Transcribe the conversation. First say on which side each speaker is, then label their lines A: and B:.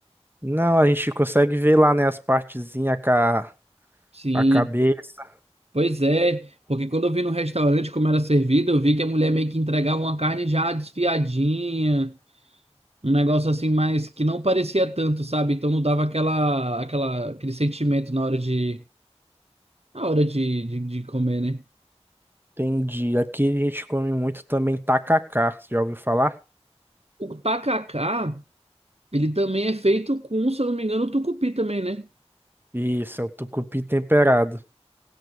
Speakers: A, on the right (about 20°); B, on the right (about 65°).
A: Não, a gente consegue ver lá, né, as partezinhas, a, ca-
B: Sim.
A: a cabeça.
B: Pois é, porque quando eu vi no restaurante como era servido, eu vi que a mulher meio que entregava uma carne já desfiadinha. Um negócio assim, mais que não parecia tanto, sabe? Então não dava aquela, aquela, aquele sentimento na hora de, na hora de, de, de comer, né?
A: Entendi. Aqui a gente come muito também tacacá, você já ouviu falar?
B: O tacacá, ele também é feito com, se eu não me engano, tucupi também, né?
A: Isso, é o tucupi temperado.